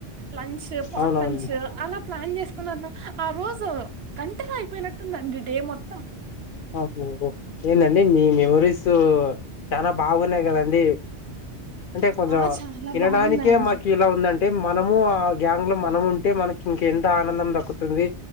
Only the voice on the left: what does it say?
అవునవును
అహోహో ఏందండి మీ మెమరీస్ చాలా బాగున్నాయి కదండి అంటే కొంచెం
వినడానికే
మాకు ఇలా ఉందండి అంటే మనము ఆ గ్యాంగ్ లో మనము ఉంటే మనకి ఇంక ఎంత ఆనందం దక్కుతుంది